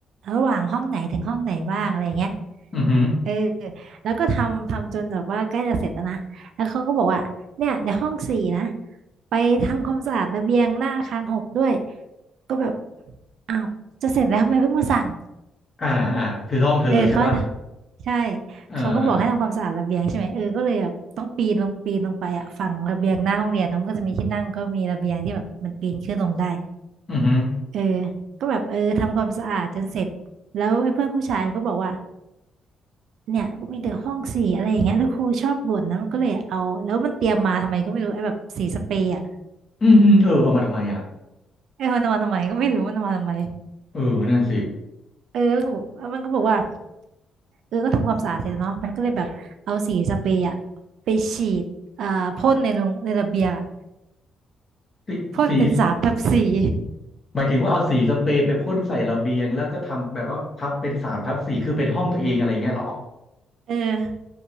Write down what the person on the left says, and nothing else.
อือหือ
อ่าอ่าคือห้องเธอใช่ป่ะ
เออเออ
อือหือ
อืมอืมเออเอามาทำไมอ่ะ
เออนั่นสิ
สีสี
หมายถึงว่าเอาสีสเปรย์ไปพ่นใส่ระเบียงแล้วก็ทำแบบว่าทับเป็นสามทับสี่คือเป็นห้องตัวเองอะไรเงี้ยเหรอ